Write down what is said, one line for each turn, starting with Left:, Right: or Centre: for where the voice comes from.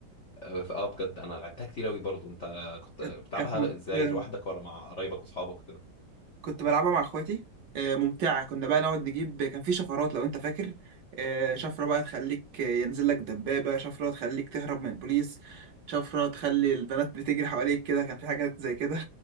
Left: اه فآه بجد انا لعبتها كتير قوي برضو انت كنت
Right: كانت
Left: آه، بتلعبها
Right: كانت ممتعه
Left: ازاي لوحدك ولا مع قرايبك واصحابك كده
Right: كنت بلعبها مع اخواتي آه، ممتعة كنا بقى نقعد نجيب كان في شفرات لو انت فاكر آه، شفرة بقى تخليك آه، ينزل لك دبابة شفرة تخليك تهرب من البوليس شفرة تخلي البنات بتجري حواليك كده كان في حاجات زي كده